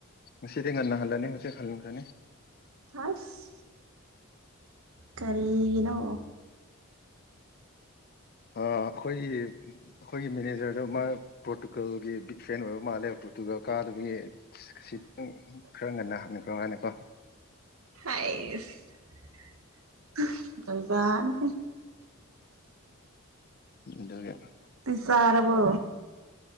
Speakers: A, on the left; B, on the right.
A: ꯉꯁꯤꯗꯤ ꯉꯟꯅ ꯍꯜꯂꯅꯤ ꯍꯧꯖꯤꯛ ꯍꯟꯈ꯭ꯔꯅꯤ
B: ꯑꯁ ꯀꯔꯤꯒꯤꯅꯣ
A: ꯑꯩꯈꯣꯏꯒꯤ ꯑꯩꯈꯣꯏꯒꯤ ꯃꯦꯅꯦꯖꯔꯗꯨ ꯃꯥ ꯄꯣꯔꯇꯨꯒꯜꯒꯤ ꯕꯤꯛ ꯐꯦꯟ ꯑꯣꯏꯕ ꯃꯥꯜꯂꯦ ꯄꯣꯠꯇꯨꯒ ꯀꯥꯗꯨꯕꯒꯤ ꯁꯤꯇꯪ ꯈꯔ ꯉꯟꯅ ꯍꯟꯈ꯭ꯔ ꯃꯥꯅꯀꯣ
B: ꯑꯩꯕ ꯎꯝ
A: ꯑꯗꯨꯒ
B: ꯆꯔꯔꯕꯣ